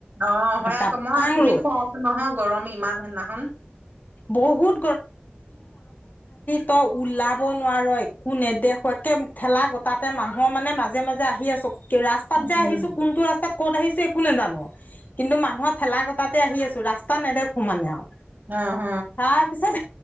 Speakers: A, on the right (about 40°); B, on the left (about 45°).
A: অ হয়
B: তাপাং
A: আকৌ মই টিভিত
B: ৰ'দ
A: চাইআছো নহয় গৰম ইমান হেএদিনা হন
B: বহুত ত ওলাব নোৱাৰ একো নেদেখো একে ঠেলা গোটাতে মানুহৰ মানে মাজে মাজে আহি আছো ৰাস্তাত
A: উম।
B: যাই আহিছো কোনটো ৰাস্তাত ক'ত আহিছে একো নোজানো কিন্তু মানুহৰ ঠেলা কটাতে আহি আছো ৰাস্তা নেদেখো মানে আওঁ
A: অ হ
B: তাৰ পিছত